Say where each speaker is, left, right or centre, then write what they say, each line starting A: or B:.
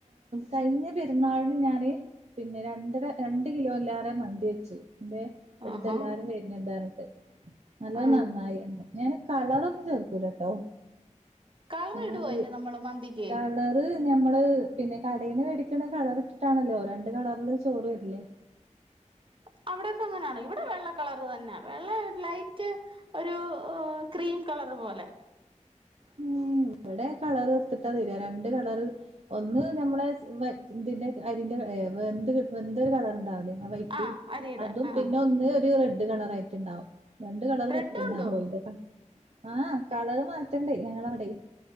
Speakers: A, on the right; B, on the right.
A: കഴിഞ്ഞ പെരുന്നാളിന് ഞാന് പിന്നെ രണ്ടര രണ്ട കിലോല്ലാാര മന്തി വെച്ചു എന്റെ അടുത്ത്
B: ആഹാ
A: എല്ലാരും വരുന്നത് പറഞ്ഞിട്ട് ഹലോ
B: ആഹ്
A: നന്നായി എ ഞാൻ കളറ ഒന്നും ചെർക്കൂലട്ടോ
B: കളർ
A: ഞാ
B: ഇടുവോ
A: വിളി
B: അയിന് നമ്മള് മന്തിക്ക്
A: കള്റ് ഞമ്മള് പിന്നെ കടയിന്ന് മേടിക്കണ കളറിട്ടാണല്ലോ രണ്ട് കളർല് ചോറ് വരു ലേ
B: മ്മ്... അവിടൊക്കങ്ങനാണോ ഇവടെ വെള്ള കളർ തന്ന്യാ വെള്ള ലൈറ്റ് ഒരു ക്രീം കളറ് പോലെ
A: ഉം ഇവടെ കളറൊട്ത്ത്ട്ടാ തെരാ രണ്ട് കളർ ഒന്ന് ഞമ്മളെ അരിന്റെ അരിന്റെ വെന്തൊര് കളറ്ണ്ടാവ് ലേ വൈറ്റ്,
B: ആഹ് അരിയുടെ
A: അതും
B: ആഹ്
A: പിന്നൊന്ന് ഒര് റെഡ് കളറായിട്ട്ണ്ടാവും. രണ്ട് കളറ്
B: റെഡും
A: പറ്റണ്ടാവോ
B: ഉണ്ടോ
A: അയിന്റെ, ആ കളറ് മാറ്റണ്ടേ ഞങ്ങളവ്ടെ